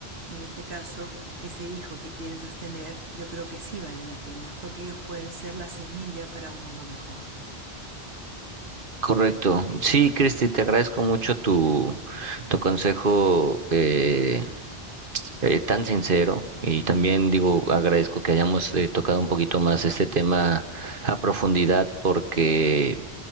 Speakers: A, on the right; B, on the right.
A: en este caso, ese hijo que piensas tener, yo creo que sí vale la pena, porque ellos pueden ser la semilla para un mundo mejor.
B: Correcto. Sí, Cristi, te agradezco mucho tu, tu consejo. eh, eh, tan sincero y también digo, agradezco que hayamos eh, tocado un poquito más este tema a profundidad porque,